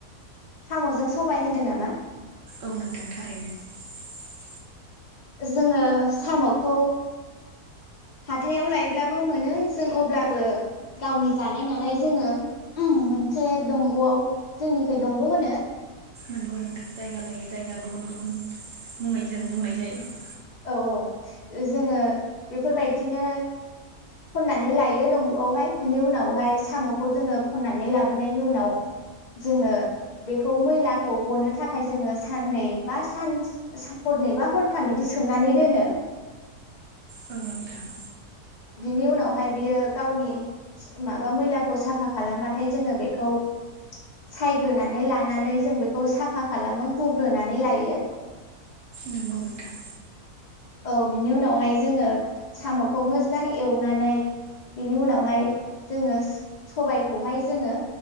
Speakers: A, on the left (about 80°); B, on the right (about 65°).
A: सामजों सबाय होन्दों नामा?
B: औ नोंथां थारैनो ।
A: जोङो साम'खौ हाथाइयाव लायब्लाबो मोनो जों अब्लाबो गावनि जानाय नालाय जोङो उम मोनसे दंगआव जोंनिखै दंग' होनो ।
B: नोंगौ नोंथां । जायगा लायै जायगा गुबुन गुबुन मुङै जों बुंनाय जायो ।
A: औ- औ जोङो बेफोरबायदिनो खननानै लायो दंगआवहाय बिनि उनावहाय साम'खौ जोङो खननानै लाबोनायनि उनाव जोङो बेखौ मैलाखौ गनो थाखाय जोङो साननै बा सान-हरनै बा हरथाम बि बिदि सोमनानै दोनो ।
B: औ नोंथां ।
A: बिनि उनावहाय बियो गावनि माबा मैलाखौ साफा खालामबाथाय जोङो बेखौ सायग्रोनानै लानानै जों बेखौ साफा खालामो हुग्रोनानै लायो ।
B: नोंगौ नोंथां।
A: औ बिनि उनावहाय जोङो सामखौ मोजां एवनानै बिनि उनावहाय जोङो सो सबायखौहाय जोङो